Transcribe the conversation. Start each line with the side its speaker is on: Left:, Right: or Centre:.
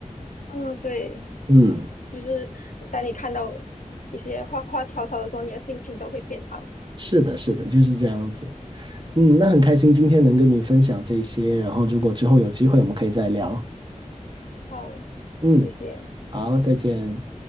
Left: 嗯，对，
Right: 嗯，
Left: 就是当你看到一些花花草草的时候，你的心情都会变好。
Right: 是的，是的，就是这样子。嗯，那很开心今天能跟你分享这些，然后如果之后有机会，我们可以再聊。
Left: 好，
Right: 嗯，
Left: 谢谢。
Right: 好，再见。